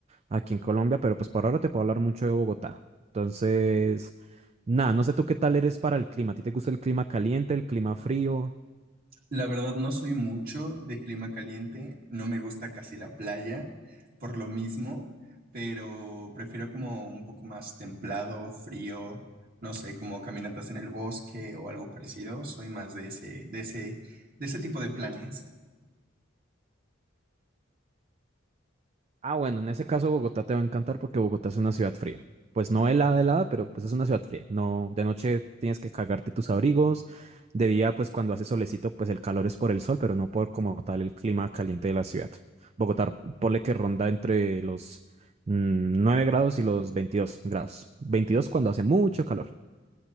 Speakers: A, on the right (about 35°); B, on the right (about 50°).
A: aquí en Colombia, pero pues por ahora te puedo hablar mucho de Bogotá. Entonces, nada, no sé tú qué tal eres para el clima. ¿A ti te gusta el clima caliente, el clima frío?
B: La verdad no soy mucho de clima caliente, no me gusta casi la playa por lo mismo, pero prefiero como un poco más templado, frío, no sé, como caminatas en el bosque o algo parecido. Soy más de ese, de ese, de ese tipo de planes.
A: Ah, bueno, en ese caso Bogotá te va a encantar porque Bogotá es una ciudad fría. Pues no helada, helada, pero pues es una ciudad fría. No, de noche tienes que cagarte tus abrigos. De día, pues cuando hace solecito, pues el calor es por el sol, pero no por como tal el clima caliente de la ciudad. Bogotá, ponle que ronda entre los mm, 9 grados y los 22 grados. 22 cuando hace mucho calor.